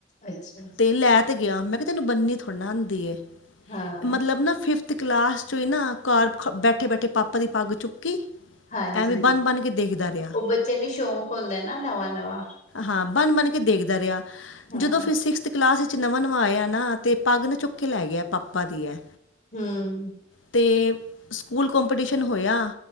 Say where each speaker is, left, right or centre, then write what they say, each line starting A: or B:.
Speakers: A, on the left (about 40°); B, on the left (about 85°).
A: ਅੱਛਾ
B: ਤੇ ਲੈਤ ਤੇ ਗਿਆ, ਮੈਂ ਕਿਹਾ ਤੈਨੂੰ ਬੰਨੀ ਥੋੜ੍ਹਾ ਆਦੀ ਏ,
A: ਹਾਂ
B: ਮਤਲਬ ਨਾ ਫਿਫਥ ਤੇ ਕਲਾਸ ਚ ਹੀ ਨਾ ਘਰ ਬੈਠੇ-ਬੈਠੇ ਪਾਪਾ ਦੀ ਪੱਗ ਚੁੱਕੀ।
A: ਹਾਂਜੀ,
B: ਐਵੇਂ ਬੰਨ ਬੰਨ ਕੇ ਦੇਖਦਾ ਰਿਹਾ
A: ਉਹ ਬੱਚਿਆਂ ਨੂੰ ਸ਼ੌਕ ਹੁੰਦਾ ਨਾ ਨਵਾਂ-ਨਵਾਂ।
B: ਹਾਂ ਬਣ-ਬਣ ਕੇ ਦੇਖਦਾ ਰਿਹਾ
A: ਹਾਂ
B: ਜਦੋਂ ਫਿਰ ਸਿਕਸ ਕਲਾਸ ਵਿੱਚ ਨਵਾਂ-ਨਵਾਂ ਆਇਆ ਨਾ ਤੇ ਪੱਗ ਨਾ ਚੁੱਕ ਕੇ ਲੈ ਗਿਆ, ਪਾਪਾ ਦੀ ਐ।
A: ਹਮ
B: ਤੇ ਸਕੂਲ ਕੋਂਪੀਟੀਸ਼ਨ ਹੋਇਆ